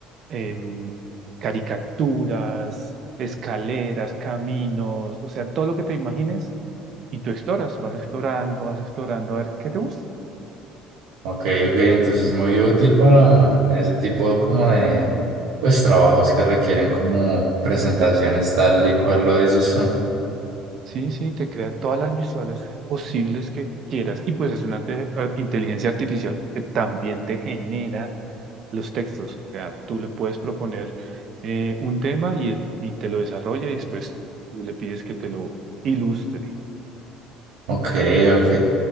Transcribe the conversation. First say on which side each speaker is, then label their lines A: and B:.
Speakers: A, on the right; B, on the right.
A: em, caricaturas, escaleras, caminos, o sea, todo lo que te imagines y tú exploras, vas explorando, vas explorando a ver qué te gusta.
B: Ok, ok, entonces es muy útil para ese tipo como de, pues, trabajos que requieren como presentaciones tal y cual lo dices tú.
A: Sí, sí, te crea todas las visuales posibles que quieras. Y pues es una arte- a- inteligencia artificial porque también te genera los textos. O sea, tú le puedes proponer eh, un tema y, él, y te lo desarrolla y después tú le pides que te lo ilustre.
B: Ok, ok.